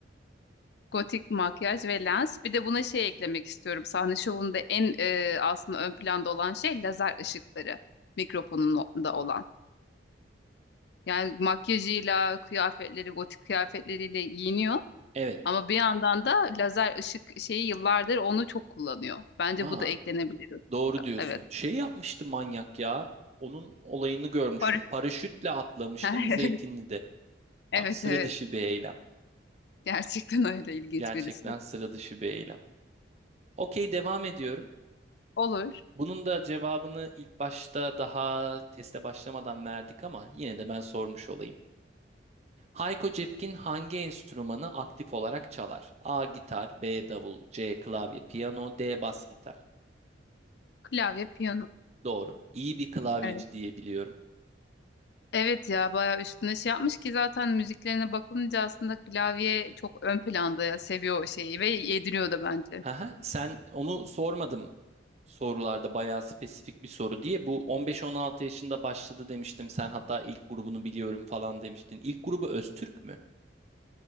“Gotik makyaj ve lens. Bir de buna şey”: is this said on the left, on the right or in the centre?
Left